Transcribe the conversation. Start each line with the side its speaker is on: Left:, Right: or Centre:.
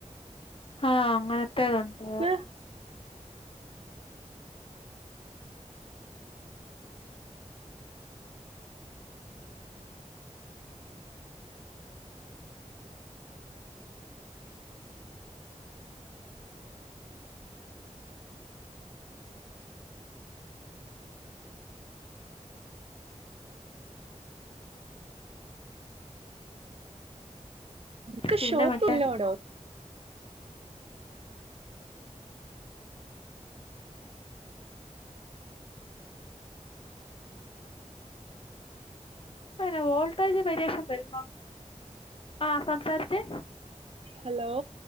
Left: ആഹ് അങ്ങനത്തേതുണ്ട്
Right: <unintelligible> ക്ക്
Left: പിന്നെ
Right: ഷോപ്പ്
Left: മറ്റേ
Right: ല്ലോ ഡാ
Left: പ്പയിന് വോൾടേജ് വേരിയേഷൻ വരുമ്പോ ആ സംസാരിച്ചേ
Right: ഹലോ